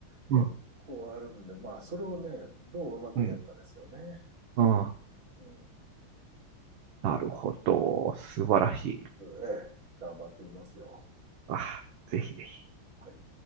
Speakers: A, on the right; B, on the right.
A: 結構あるんで、
B: うん、
A: まあ、それをね、どううまくやるかですよね。
B: うん。うんあ、
A: うん、
B: なるほど。素晴らしい。
A: ええ、頑張ってみますよ。
B: あ、ぜひぜひ。
A: はい。